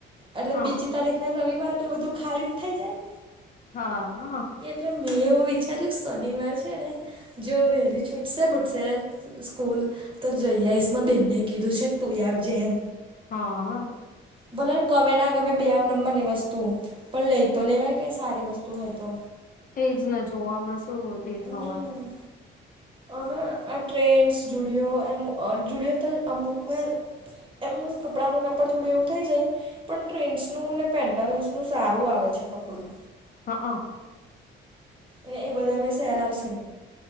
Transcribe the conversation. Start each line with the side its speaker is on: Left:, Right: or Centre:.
Right: એટલે
Left: હા
Right: બીજી તારીખ રવિવાર એટલે બધું ખાલી જ થઈ જાય.
Left: હા.
Right: એટલે મેં એવું વિચાર્યું શનિવાર છે ને જો વરી છુટસે બુટસે સ્કૂલ. તો જઈઈસ માં બેનને કીધું છે તું ાર જેમ.
Left: હા.
Right: ભલેને ગમે ના ગમે બે નંબર ની વસ્તુ. પણ લઈ તો લેવાય કઈ સારી વસ્તુ હોય તો.
Left: એજ ને જોવામાં શું એ
Right: હમ્મ.
Left: હોવાનું.
Right: અને આ ટ્રેન્સ જુડિયો એ જુડિયો તો અમુક વાર. એમ કપડાંનું કાપડ થોડું એવું થઈ જાય. પણ ટ્રેન્ડસનું ને પેન્ટાલન્સનું સારું આવે છે કપડું.
Left: હા હ.
Right: અને એ બધા અ સ્યાલ આવશે.